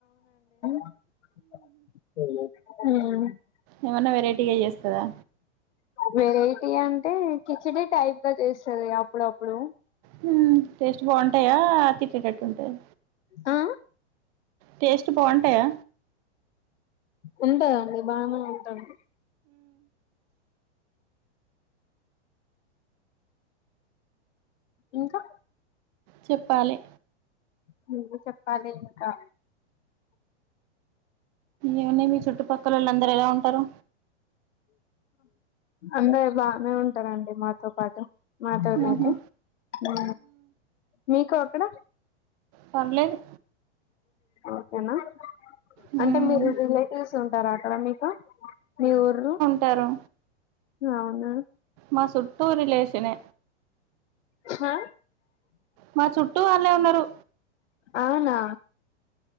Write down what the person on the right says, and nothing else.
ఏమన్నా వెరైటీగా చేస్తదా
హ్మ్. టేస్ట్ బాగుంటాయా తిట్టేటట్టు ఉంటాయా
టేస్ట్ బాగుంటాయా
చెప్పాలి
ఏమున్నాయి మీ చుట్టపక్కలోలందరు ఎలా అంటారు
ఉహు
పర్లేదు
ఉమ్
టరు
మా సుట్టూ రిలేషనే
మా చుట్టూ వాళ్ళే ఉన్నరు